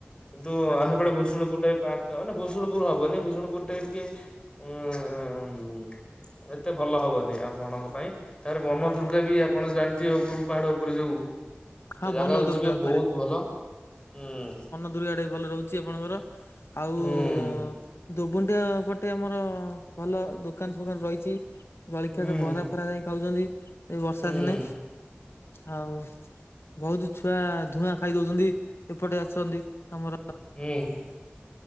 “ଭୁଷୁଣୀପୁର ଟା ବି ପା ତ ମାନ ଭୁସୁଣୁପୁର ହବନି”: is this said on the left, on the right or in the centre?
Left